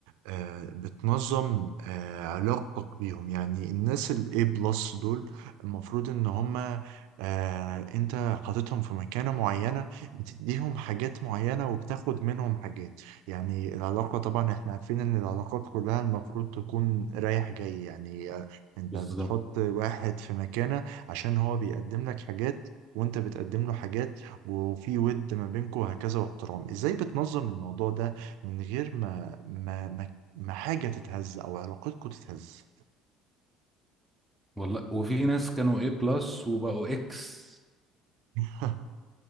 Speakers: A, on the right (about 90°); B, in the centre.
A: آه، بتنظم آه، علاقتك بيهم يعني الناس الاي بلس دول المفروض ان هما آه، انت حاططهم في مكانة معينة بتديهم حاجات معينة وبتاخد منهم حاجات يعني العلاقة طبعا احنا عارفين ان العلاقات كلها المفروض تكون رايح جاي يعني آه، انت
B: بالظبط
A: بتحط واحد في مكانة عشان هو بيقدم لك حاجات وانت بتقدم له حاجات وفي ود ما بينكم وهكذا واحترام ازاي بتنظم الموضوع ده من غير ما ما ما ما حاجة تتهز أو علاقتكم تتهز
B: والله وفي ناس كانوا ايه بلس وبقوا اكس
A: <laughs>